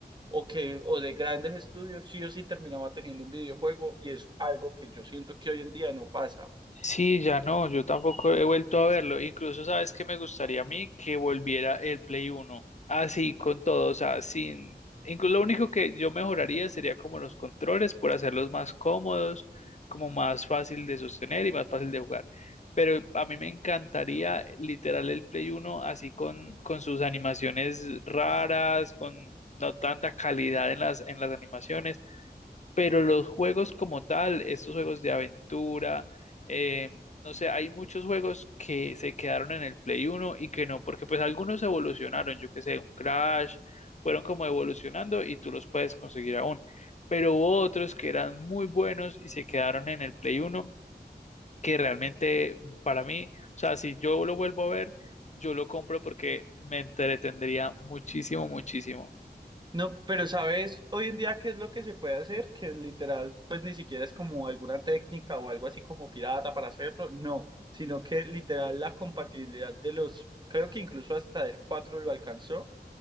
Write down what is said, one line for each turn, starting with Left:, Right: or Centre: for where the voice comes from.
Right: o que o de grandes estudios sí o sí terminaba teniendo un videojuego y es algo que yo siento que hoy en día no pasa.
Left: Sí, ya no, yo tampoco he vuelto a verlo. Incluso, ¿sabes qué me gustaría a mí? Que volviera el Play Uno Así, con todo, o sea, sin... Incluso lo único que yo mejoraría sería como los controles por hacerlos más cómodos, como más fácil de sostener y más fácil de jugar. Pero a mí me encantaría literal el Play Uno así con, con sus animaciones raras, con no tanta calidad en las, en las animaciones pero los juegos como tal, estos juegos de aventura, eh, no sé, hay muchos juegos que se quedaron en el Play uno y que no, porque pues algunos evolucionaron, yo que sé, un Crash, fueron como evolucionando y tú los puedes conseguir aún. Pero hubo otros que eran muy buenos y se quedaron en el Play uno que realmente mm, para mí, o sea, si yo lo vuelvo a ver, yo lo compro porque me entretendría muchísimo, muchísimo.
Right: No, pero sabes, hoy en día qué es lo que se puede hacer, que literal, pues ni siquiera es como alguna técnica o algo así como pirata para hacerlo, no, sino que literal la compatibilidad de los, creo que incluso hasta el 4 lo alcanzó,